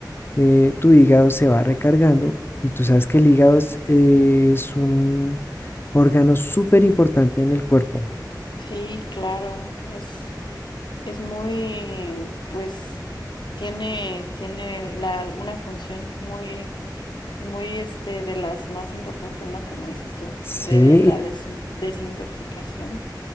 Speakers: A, on the left; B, on the left.
A: eh, tu hígado se va recargando y tú sabes que el hígado es, eh, es un órgano súper importante en el cuerpo.
B: Sí, claro, es, es muy, pues, tiene, tiene la, una función muy, muy, este, de las más importantes, ¿no? Como dices tú,
A: Sí,
B: de, de la des- desintoxicación.